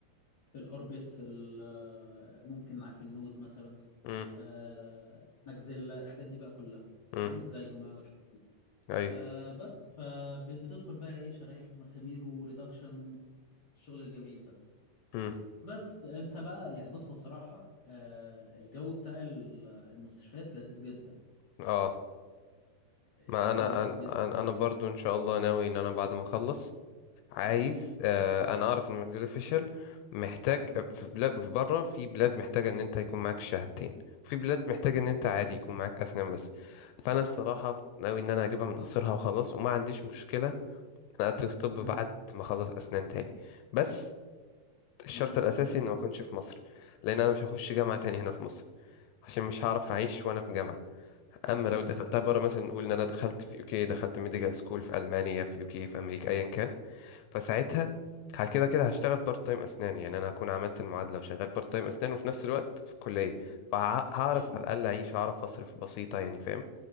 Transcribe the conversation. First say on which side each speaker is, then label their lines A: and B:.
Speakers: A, on the left; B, on the left.
A: في الاوربت في ال- آه، ممكن في النوز مثلا
B: امم
A: آه، مجزلة الحاجات دي بقى كلها تمام
B: امم
A: الزيجوما والحاجات دي
B: ايوه
A: آه، بس فبتدخل بقى ايه شرايح ومسامير وريدكشن الشغل الجميل ده
B: امم
A: بس انت بقى يعني بص هو بصراحة آه، الجو بتاع ال- المستشفيات لذيذ جدا
B: اه
A: الجو
B: ما انا
A: لذيذ
B: انا
A: جدا
B: انا أنا برضو ان شاء الله ناوي ان انا بعد ما اخلص عايز
A: اه اه
B: آه، انا اعرف ان ماكسفيل اوفيشال محتاج
A: مم.
B: في بلاد في بره في بلاد محتاجه ان انت يكون معاك شهادتين في بلاد محتاجه ان انت عادي يكون معاك اسنان بس فانا الصراحه ناوي ان انا اجيبها من قصرها وخلاص وما عنديش مشكله إن انا ادرس طب بعد
A: مم.
B: ما اخلص اسنان تاني بس الشرط
A: مم.
B: الاساسي ان ما اكونش في مصر لان انا مش هخش جامعه تاني هنا في مصر عشان مش هعرف اعيش وانا في جامعه اما لو
A: تمام
B: دخلتها بره مثلا نقول ان انا دخلت في يوكي دخلت ميديكال سكول في المانيا في يوكي في امريكا ايا كان فساعتها
A: مم.
B: ه- كده كده هشتغل بارت تايم اسنان يعني انا هكون عملت المعادله وشغال بارت تايم اسنان وفي نفس الوقت في الكليه
A: اوكي
B: فهعرف
A: اوكي
B: على الاقل اعيش اعرف اصرف بسيطه يعني فاهم